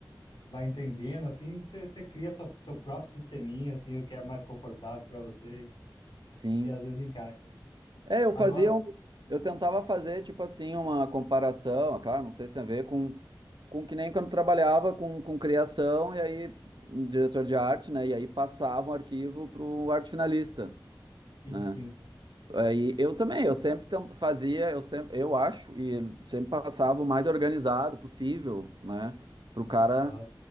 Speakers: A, on the left; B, on the right.
A: vai entendendo, assim, você, você cria sua, seu próprio sisteminha, assim, o que é mais confortável para você,
B: sim.
A: e às vezes encaixa.
B: É, eu
A: Agora,
B: fazia um. Eu tentava fazer, tipo assim, uma comparação, ah, claro, não sei se tem a ver com. com que nem quando trabalhava com, com criação, e aí, um diretor de arte, né? E aí passava um arquivo para o arte finalista,
A: sim,
B: né?
A: sim.
B: Aí eu também, eu sempre tent- fazia, eu sempre, eu acho, e sempre passava o mais organizado possível, né? Para o cara
A: Aham,